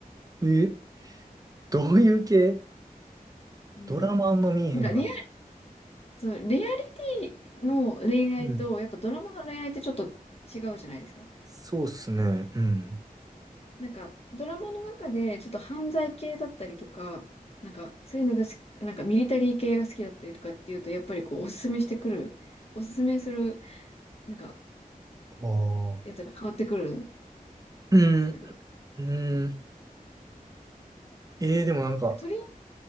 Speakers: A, on the right; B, on the left.
A: え、どういう系
B: うん。
A: ドラマあんま見えへんからな。
B: なんか、リアそう、レアリティの恋愛と、
A: うん。
B: やっぱドラマの恋愛ってちょっと違うじゃないですか。
A: そうっすね。うん。
B: なんか、ドラマの中でちょっと犯罪系だったりとか、なんか、そういうのが好き、なんかミリタリー系が好きだったりとかっていうと、やっぱりこう、おすすめしてくる、おすすめする、なんか、
A: ああ。
B: やつが変わってくるんで
A: うん、
B: すけど、
A: うん。ええー、でもなんか、
B: とり、